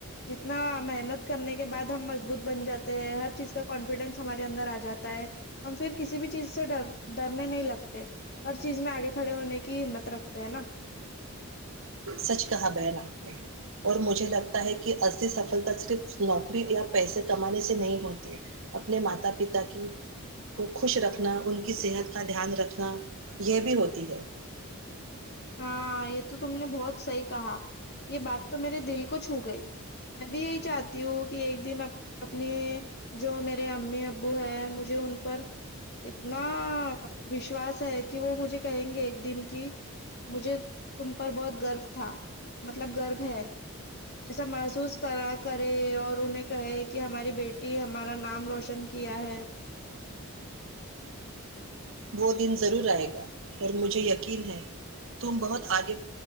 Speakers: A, on the left; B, on the right.
A: جتنا محنت کرنے کے کے بعد ہم مضبوط بن جاتے ہیں ہر چیز کا کانفیڈینس ہمارے اندر آ جاتا ہے ہم پھر کسی بھی چیز سے ڈر ڈرنے نہیں لگتے ہر چیز میں آگے کھڑے ہونے کی ہمت رکھتے ہیں نا
B: سچ کہا بہن آپ نے اور مجھے لگتا ہے کہ اھی سفلتا صرف نوکری یا پیسے کمانے سے نہیں ہوتی اپنے ماتا پتا کی کو خوش رکھنا ان کی صحت کا دھیان رکھنا یہ بھی ہوتی ہے
A: ہاں یہ تو تم نے بہت صحیح کہا یہ بات تو میرے دل کو چھو گئی میں بھی یہی چاہتی ہوں کہ ایک دن اپنی جو میرے امی ابو ہے مجھے ان پر اتنا وشواس ہے کہ وہ مجھے کہیں گے ایک دن کی مجھے تم پر بہت گرو تھا مطلب گرو ہے ایسا محسوس کرا کرے اور انہیں کہے کہ ہماری بیٹی ہمارا نام روشن کیا ہے
B: وہ دن ضرور آئے گا اور مجھے یقین ہے تم بہت آگے